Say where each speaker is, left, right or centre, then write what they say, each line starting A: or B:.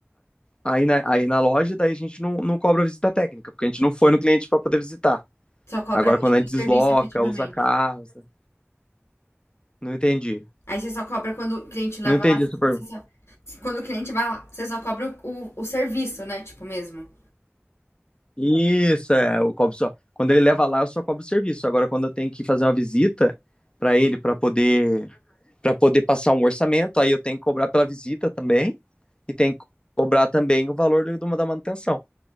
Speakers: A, on the left; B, on the left.
A: aí na, aí na loja, daí a gente não, não cobra a visita técnica, porque a gente não foi no cliente para poder visitar.
B: Só cobra
A: Agora,
B: tipo,
A: quando a gente
B: o serviço
A: desloca,
B: efetivamente.
A: usa carro, sabe? não entendi.
B: Aí você só cobra quando o cliente leva
A: Não entendi
B: lá.
A: super.
B: você só- Quando o cliente vai lá, você só cobra o, o serviço, né? Tipo, mesmo.
A: Isso, é, eu cobro só. Quando ele leva lá, eu só cobro o serviço. Agora, quando eu tenho que fazer uma visita para ele, para poder para poder passar um orçamento, aí eu tenho que cobrar pela visita também, e tenho que cobrar também o valor do, do- da manutenção.